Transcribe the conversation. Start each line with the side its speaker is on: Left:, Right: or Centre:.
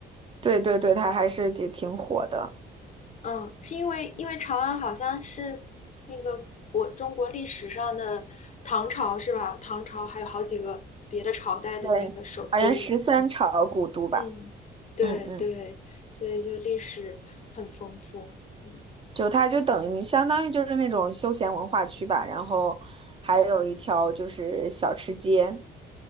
Right: 对对对，它还是挺挺火的，
Left: 嗯，是因为因为长安好像是那个国中国历史上的唐朝是吧？唐朝还有好几个别的朝代的那个首都。
Right: 对，好像十三朝古都吧，
Left: 嗯嗯，对对，
Right: 嗯嗯。
Left: 所以就历史很丰富。嗯
Right: 就它就等于相当于就是那种休闲文化区吧，然后还有一条就是小吃街，